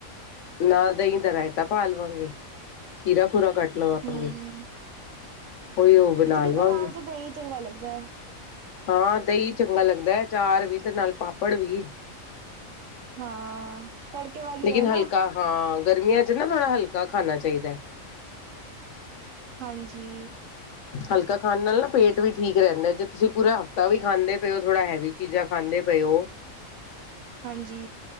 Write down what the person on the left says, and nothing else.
ਨਾਲ ਦਹੀਂ ਦਾ ਰਯਤਾ ਪਾ ਲਵਾਂਗੀ ਖੀਰਾ ਖੂਰਾ ਕੱਟ। ਲਵਾਂਗੇ
ਉਹੀ ਉਹ ਬਣਾ
ਲਵਾਂਗੇ
ਹਾਂ ਦਹੀਂ ਚੰਗਾ ਲੱਗਦਾ ਹੈ। ਅਚਾਰ ਵੀ ਤੇ ਨਾਲ ਪਾਪੜ ਵੀ।
ਲੇਕਿਨ
ਹਲਕਾ
ਹਾਂ ਗਰਮੀਆਂ ਚ ਨਾ ਥੋੜਾ ਹਲਕਾ ਖਾਣਾ ਚਾਹੀਦਾ।
ਹਲਕਾ ਖਾਣ ਨਾਲ ਨਾ ਪੇਟ ਵੀ ਠੀਕ ਰਹਿੰਦਾ। ਜੇ ਤੁਸੀਂ ਪੂਰਾ ਹਫ਼ਤਾ ਵੀ ਖਾਂਦੇ ਪਏ ਹੋ ਥੋੜ੍ਹਾ ਹੈਵੀ ਚੀਜ਼ਾਂ ਖਾਂਦੇ ਪਏ ਹੋ।